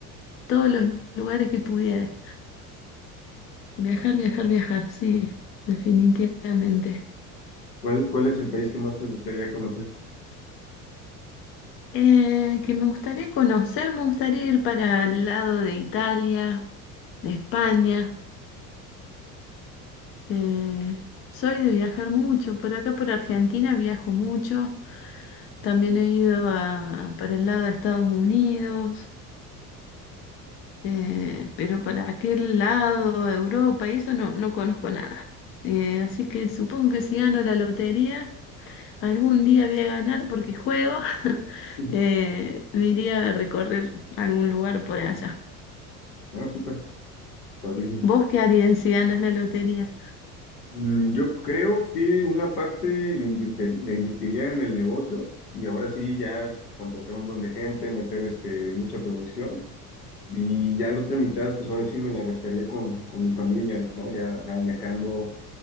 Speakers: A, on the left; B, on the left.
A: todos los lugares que pudiera. Viajar, viajar, viajar, sí, definitivamente.
B: ¿Cuál, cuál es el país que más te gustaría conocer?
A: Eh, que me gustaría conocer, me gustaría ir para el lado de Italia, de España. Eh, soy de viajar mucho, por acá por Argentina viajo mucho, también he ido a, para el lado de Estados Unidos, eh, pero para aquel lado, Europa, y eso no, no conozco nada. Eh, así que supongo que si gano la lotería, algún día voy a ganar porque juego, <laughs>
B: Ujú.
A: eh, me iría a recorrer algún lugar por allá.
B: Ah, súper, padrísimo.
A: ¿Vos qué harías si ganas la lotería?
B: Mm, Yo creo que una parte le invirte- le invertiría en el negocio y ahora sí ya contratar un buen de gente, meter este, mucha producción Y ya la otra mitad, pues ahora sí me la gastaría con, con mi familia, ¿no? Ya ajá, viajando.